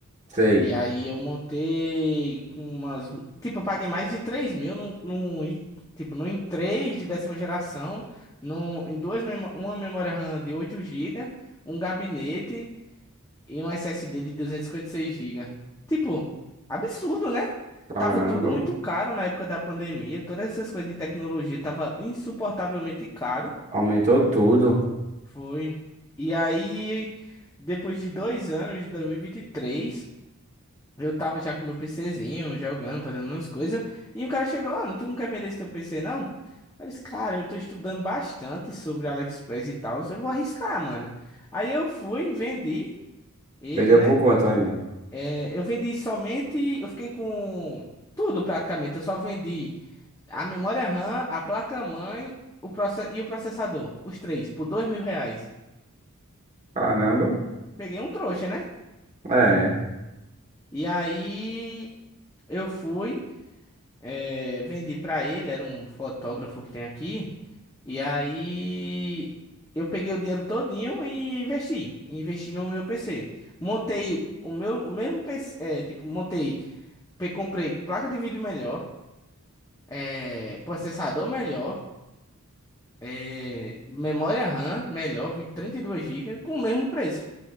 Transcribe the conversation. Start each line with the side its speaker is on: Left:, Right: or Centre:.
Right: Sei.
Left: E aí eu montei com umas, tipo, eu paguei mais de 3 mil num, num i- tipo, num i três de décima geração, num, em duas, memo- uma memória RAM de oito GB, um gabinete, e um SSD de duzentos e e cinquenta e seis GB. Tipo, absurdo, né?
Right: Caramba.
Left: Tava tudo muito caro na época da pandemia, todas essas coisas de tecnologia tava insuportavelmente caro.
Right: Aumentou tudo.
Left: Foi. E aí, depois de dois anos, de dois mil e e vinte e três eu tava já com meu PCzinho, jogando, fazendo umas coisas. E um cara chegou, ó, tu não quer vender esse teu PC, não? Eu disse, cara, eu tô estudando bastante sobre AliExpress e tal, eu vou arriscar, mano. Aí eu fui, vendi ele,
Right: Vendeu
Left: né?
Right: por quanto ainda?
Left: É, eu vendi somente. Eu fiquei com tudo praticamente. Eu só vendi a memória RAM, a placa-mãe o proce- e o processador. Os três, por dois mil reais.
Right: Caramba.
Left: Peguei um trouxa, né?
Right: É.
Left: E aí eu fui, é, vendi pra ele, era um fotógrafo que tem aqui. E aí eu peguei o dinheiro todinho e investi. Investi no meu PC. Montei o meu o mesmo PC, é, tipo, montei, pe- comprei placa de vídeo melhor, é, processador melhor, é, memória RAM melhor, 32 GB, com o mesmo preço.